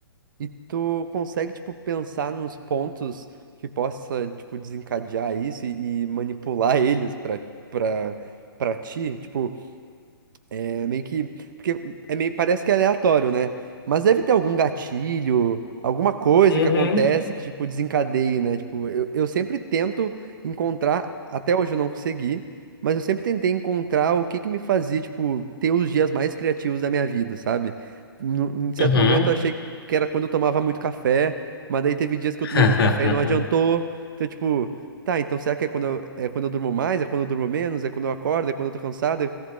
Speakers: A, on the right; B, on the left.
A: e tu consegue tipo pensar nos pontos que possa tipo desencadear isso e, e manipular <laughs> eles pra para para ti, tipo É meio que. Porque é meio, parece que é aleatório, né? Mas deve ter algum gatilho, alguma coisa
B: Uhum.
A: que acontece que, tipo, desencadeie, né? Tipo, eu, eu sempre tento encontrar, até hoje eu não consegui, mas eu sempre tentei encontrar o que que me fazia, tipo, ter os dias mais criativos da minha vida, sabe? Nu- Em certo
B: Uhum.
A: momento eu achei que era quando eu tomava muito café, mas daí teve dias que
B: <laughs>
A: eu tomei muito café e não adiantou. Então, tipo, tá, então será que é quando eu, é quando eu durmo mais? É quando eu durmo menos? É quando eu acordo? É quando eu tô cansado?